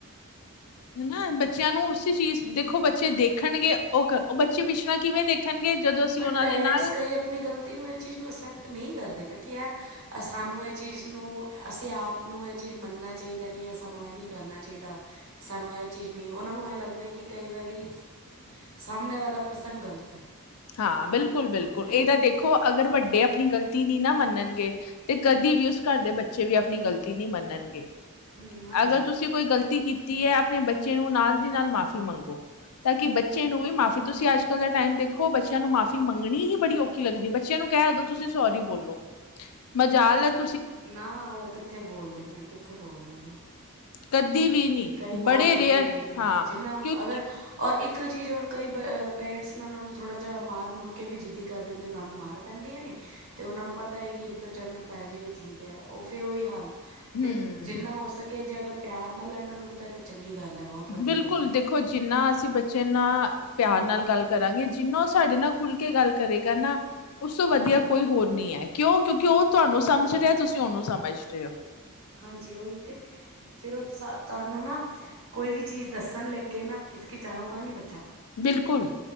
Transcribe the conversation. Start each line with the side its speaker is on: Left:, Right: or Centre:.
Left: ਹਨਾ! ਬੱਚਿਆਂ ਨੂੰ ਉਸ ਚੀਜ਼ ਦੇਖੋ ਬੱਚੇ ਦੇਖਣਗੇ ਉਹ ਉਹ ਬੱਚੇ ਪਿਛੜ ਕਿਵੇਂ ਦੇਖਣਗੇ ਜਦੋਂ ਅਸੀਂ
Right: ਬਟ
Left: ਉਹਨਾਂ
Right: ਪੇਰੈਂਟਸ,
Left: ਦੇ ਨਾਲ
Right: ਕਈ ਆਪਣੀ ਗ਼ਲਤੀ ਨੂੰ ਇਹ ਚੀਜ਼ ਨੂੰ ਅਕਸੈਪਟ ਨਹੀਂ ਕਰਦੇ ਨੇ। ਕਿ ਯਾਰ ਸਾਨੂੰ ਇਹ ਚੀਜ਼ ਨੂੰ ਅਸੀਂ ਆਪ ਨੂੰ ਇਹ ਚੀਜ਼ ਮੰਨਣਾ ਚਾਹੀਦਾ। ਨਹੀਂ ਹੈ। ਸਾਨੂੰ ਇਹ ਨ ਕਰਨਾ ਚਾਹੀਦਾ ਸਾਨੂੰ ਇਹ ਚੀਜ਼ ਨਹੀਂ, ਉਹਨਾਂ ਨੂੰ ਇਹ ਲੱਗਦਾ ਕਿ ਕਈ ਵਾਰੀ ਸਮਣੇ ਵਾਲਾ ਪ੍ਰਸੰਗ ਗਲਤ ਹੈ।
Left: ਹਾਂ! ਬਿਲਕੁਲ ਬਿਲਕੁਲ
Right: ਹੈ
Left: ਇਹ
Right: ਨਾ
Left: ਤਾਂ ਦੇਖੋ ਅਗਰ ਵੱਡੇ ਆਪਣੀ ਗਲਤੀ ਨਹੀਂ ਨਾ ਮੰਨਣਗੇ, ਤੇ ਕਦੀ ਵੀ ਉਸ ਘਰ ਦੇ ਬੱਚੇ ਵੀ ਆਪਣੀ ਗ਼ਲਤੀ ਨਹੀਂ ਮੰਨਣਗੇ।
Right: ਹੂੰ ਹਾਂਜੀ
Left: ਅਗਰ ਤੁਸੀਂ ਕੋਈ ਗ਼ਲਤੀ ਕੀਤੀ ਹੈ, ਆਪਣੇ ਬੱਚੇ ਨੂੰ ਨਾਲ ਦੀ ਨਾਲ ਮਾਫ਼ੀ ਮੰਗੋ। ਤਾਂ ਕਿ ਬੱਚੇ ਨੂੰ ਵੀ ਮਾਫ਼ੀ, ਤੁਸੀਂ ਅੱਜ ਕੱਲ੍ਹ ਦਾ ਟਾਈਮ ਦੇਖੋ ਖੋ ਬੱਚਿਆਂ ਨੂੰ ਮਾਫ਼ੀ ਮੰਗਣੀ ਹੀ ਬੜੀ ਔਖੀ ਲੱਗਦੀ। ਬੱਚਿਆਂ ਨੂੰ ਕਹਿ ਦਦੋ ਤੁਸੀਂ ਸੋਰੀ ਬੋਲੋ ਮਜ਼ਾਲਤ
Right: ਨਾ, ਉਹ ਕਿੱਥੇ ਬੋਲਦੇ ਨੇ ਕਿੱਥੇ ਬੋਲਦੇ ਨੇ।
Left: ਕਦੀ ਵੀ ਨੀ
Right: ਕਈ
Left: ਬੜੇ
Right: ਬਹੁਤ ਜਿੱਦੀ
Left: ਰੇਅਰ
Right: ਹੁੰਦੇ ਨੇ।
Left: ਹਾਂ
Right: ਜਿੰਨਾ
Left: ਕਿਉਂਕਿ
Right: ਅਗਰ ਔਰ ਇੱਕ ਇੱਕ ਚੀਜ਼ ਰ ਕਈ ਪੇਰੈਂਟਸ ਨੇ, ਉਹ ਨੂੰ ਥੋੜਾ ਜਿਹਾ ਮਾਰ ਮੁਰ ਕੇ ਵੀ ਜਿੱਦੀ ਕਰ ਦਿੰਦੇ। ਉਹਨਾਂ ਨੂੰ ਮਾਰ ਪੈਂਦੀਆਂ ਨੇ- ਅਤੇ ਉਹਨਾਂ ਨੂੰ ਪਤਾ ਹੈ, ਕਿ ਇੱਕ ਦੋ ਚੰਡ ਪੈ ਜਾਏਗੀ ਠੀਕ ਹੈ। ਉਹ ਫਿਰ ਉਹੀ ਹਾਲ
Left: ਹੂੰ
Right: ਤੇ ਜਿੰਨਾ ਹੋ ਸਕੇ, ਜੇ ਅਗਰ ਪਿਆਰ ਨਾਲ ਹੈਡਲਾਇਨ ਹੁੰਦਾ ਤੇ ਚੰਗੀ ਗੱਲ ਹੈ ਬਹੁਤ ਵਧੀਆ
Left: ਬਿਲਕੁਲ!
Right: ਗੱਲ ਹੈ
Left: ਦੇਖੋ ਜਿੰਨਾ ਅਸੀਂ ਬੱਚੇ ਨਾਲ ਪਿਆਰ ਨਾਲ ਗੱਲ ਕਰਾਂਗੇ। ਜਿੰਨਾ ਉਹ ਸਾਡੇ ਨਾਲ ਖੁੱਲ ਕੇ ਗੱਲ ਕਰੇਗਾ ਨਾ ਉਸ ਤੋਂ ਵਧੀਆ ਕੋਈ ਹੋਰ ਨ ਹੈ। ਕਿਉਂ ਕਿਉਂਕਿ ਉਹ ਤੁਹਾਨੂੰ ਸਮਝ ਰਿਹਾ ਤੁਸੀਂ ਉਹਨੂੰ ਸਮਝ ਰਹੇ ਹੋ
Right: ਹਾਂਜੀ! ਉਹੀ ਤੇ ਫੇਿਰ ਉਹ ਤੁਹਾਨੂੰ ਨਾ ਕੋਈ ਵੀ ਚੀਜ਼ ਦੱਸਣ ਲੱਗੇ, ਨਾ ਹਿਚਕਿਚਾਹਓਗਾ ਨਹੀਂ ਬੱਚਾ।
Left: ਬਿਲਕੁਲ।